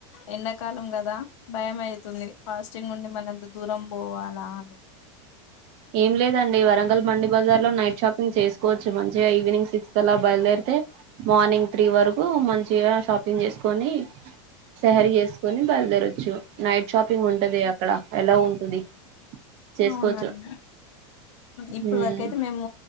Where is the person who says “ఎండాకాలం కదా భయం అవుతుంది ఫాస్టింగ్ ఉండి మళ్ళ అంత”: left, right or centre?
Left